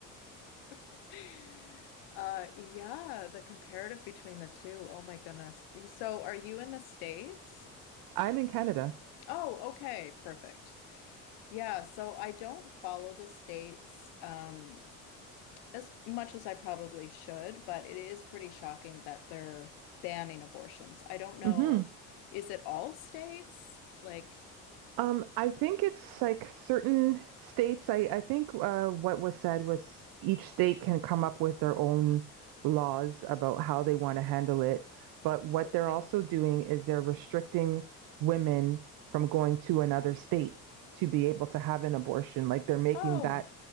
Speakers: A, on the left (about 75°); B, on the right (about 65°).
A: <laughs> uh, yeah, the comparative between the two. Oh my goodness. So, are you in the States?
B: I'm in Canada.
A: Oh, okay, perfect. Yeah, so I don't follow the states um, as much as I probably should, but it is pretty shocking that they're banning abortions. I don't know.
B: hmm
A: Is it all states? Like,
B: Um, I think it's like certain states. I, I think uh, what was said was each state can come up with their own laws about how they want to handle it. But what
A: okay.
B: they're also doing is they're restricting women from going to another state to be able to have an abortion. Like they're making
A: Oh
B: that